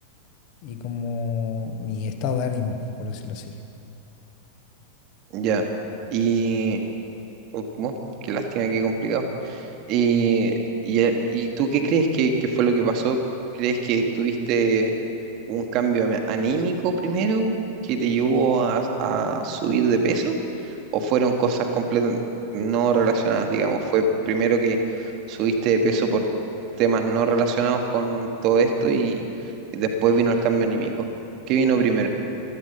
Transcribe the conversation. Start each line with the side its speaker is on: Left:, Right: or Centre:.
Left: y como mi estado de ánimo, por decirlo así.
Right: Ya. Y, oh, bueno, qué lástima, qué complicado. ¿Y, y, eh, ¿y tú qué crees que, que fue lo que pasó? ¿Crees que tuviste un cambio ame- anímico primero que te llevó a, a subir de peso? ¿O fueron cosas completamente no relacionadas, digamos? ¿Fue primero que subiste de peso por temas no relacionados con todo esto y, y después vino el cambio anímico? ¿Qué vino primero?